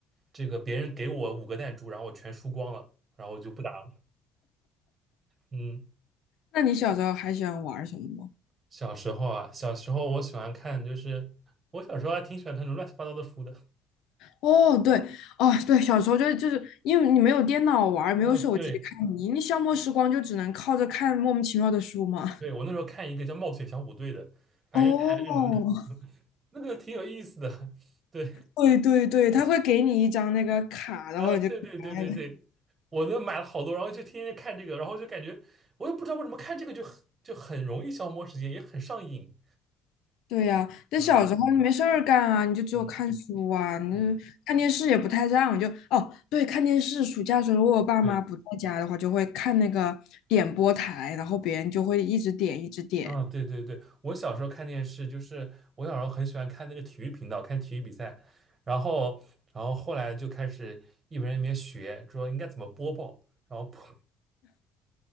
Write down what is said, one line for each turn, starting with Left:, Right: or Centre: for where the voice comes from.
Right: 这个别人给我五个弹珠，然后我全输光了，然后我就不打了。嗯，
Left: 那你小时候还喜欢玩儿什么吗？
Right: 小时候啊，小时候我喜欢看，就是我小时候还挺喜欢看那种乱七八糟的书的。
Left: 哦，对，哦，对，小时候就就是因为你没有电脑玩儿没有手机看，
Right: 嗯，对，
Left: 你你消磨时光就只能靠着看莫名其妙的书嘛。
Right: 对，我那时候看一个叫《冒险小虎队》的，反正就看那种
Left: <laughs> 哦，
Right: <laughs> 那个挺有意思的。<laughs> 对。
Left: 对对对，他会给你一张那个卡，然后你就可爱了。
Right: 啊，对对对对对，我都买了好多，然后就天天看这个，然后就感觉我也不知道为什么看这个就很就很容易消磨时间，也很上瘾。
Left: 对呀、但小时候你没事儿干啊，
Right: 嗯
Left: 你就只有看书啊，
Right: 嗯
Left: 你看电视也不太让，
Right: 嗯，
Left: 就哦，对，看电视。暑假的时候，如果我爸妈不在家的话，
Right: 对，
Left: 就会看那个点播台，然后别人就会一直点一直点。
Right: 啊对对对，我小时候看电视，就是我小时候很喜欢看那个体育频道，看体育比赛，然后然后后来就开始一边一边学，主要应该怎么播报，然后播